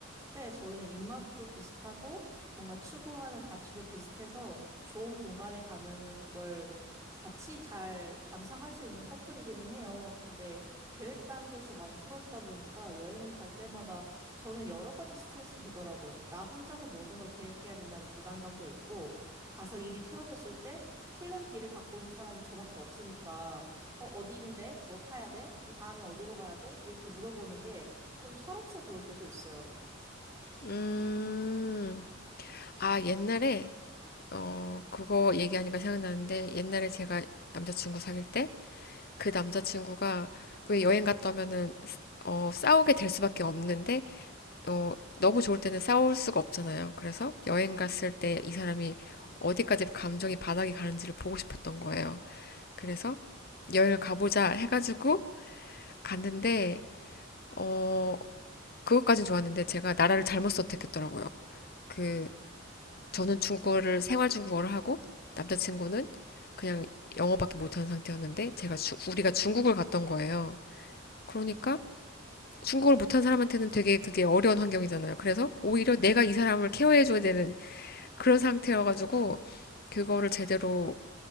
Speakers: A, on the right; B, on the left.
A: 네, 저희는 입맛도 비슷하고 뭔가 추구하는 가치도 비슷해서 좋은 공간에 가면은 그걸 같이 잘 감상할 수 있는 커플이기는 해요. 근데 계획 단계에서 많이 틀어지다 보니까 여행을 갈 때마다 저는 여러 가지 스트레스가 되더라고요. 나 혼자서 모든 걸 계획해야 된다는 부담감도 있고 가서 일이 틀어졌을 때 플랜 B를 갖고 있는 사람이 저밖에 없으니까 어, 어디인데? 뭐 타야 돼? 이 다음에 어디로 가야 돼? 이렇게 물어보는 게 좀 철없어 보일 때도 있어요.
B: 음, 아, 옛날에, 어, 그거 얘기하니까 생각나는데, 옛날에 제가 남자친구 사귈 때, 그 남자친구가 왜 여행 갔다 오면은, 어, 싸우게 될 수밖에 없는데, 어, 너무 좋을 때는 싸울 수가 없잖아요. 그래서 여행 갔을 때 이 사람이 어디까지 감정이 바닥이 가는지를 보고 싶었던 거예요. 그래서 여행을 가보자 해가지고 갔는데, 어, 그것까진 좋았는데, 제가 나라를 잘못 선택했더라고요. 그, 저는 중국어를 생활 중국어를 하고 남자친구는 그냥 영어밖에 못하는 상태였는데 제가 주- 우리가 중국을 갔던 거예요. 그러니까 중국어를 못한 사람한테는 되게 그게 어려운 환경이잖아요. 그래서 오히려 내가 이 사람을 케어해줘야 되는 그런 상태여가지고 그거를 제대로